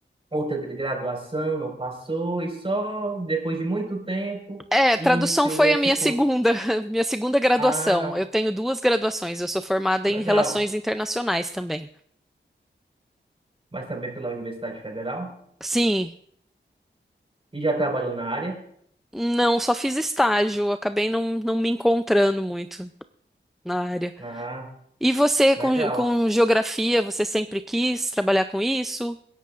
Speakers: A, on the right (about 30°); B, in the centre.
A: outra gra- graduação, não passou, e só depois de muito tempo
B: É,
A: iniciou
B: tradução foi
A: esse
B: a minha
A: curso.
B: segunda, <laughs> minha segunda graduação.
A: Ah,
B: Eu tenho duas graduações. Eu sou formada
A: legal.
B: em relações internacionais também.
A: Mas também pela Universidade Federal?
B: Sim,
A: E já trabalhou na área?
B: não, só fiz estágio. Acabei não, não me encontrando muito na área.
A: Ah,
B: E você
A: legal.
B: com, com geografia, você sempre quis trabalhar com isso?